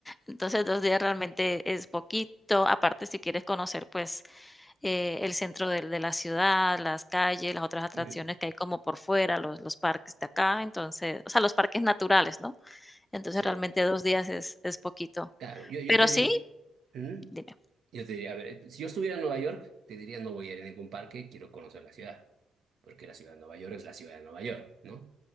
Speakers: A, on the left; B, on the right.
A: Entonces, dos días realmente es poquito. Aparte, si quieres conocer, pues, eh, el centro de, de la ciudad, las calles, las otras atracciones
B: Mm.
A: que hay como por fuera, los, los parques de acá, entonces, o sea, los parques naturales, ¿no? Entonces,
B: Sí,
A: realmente dos días es, es poquito.
B: claro, yo, yo
A: Pero
B: te, di-
A: sí,
B: Ujú.
A: dime.
B: Yo te diría, a ver, eh, si yo estuviera en Nueva York, te diría no voy a ir a ningún parque, quiero conocer la ciudad, porque la ciudad de Nueva York es la ciudad de Nueva York, ¿no?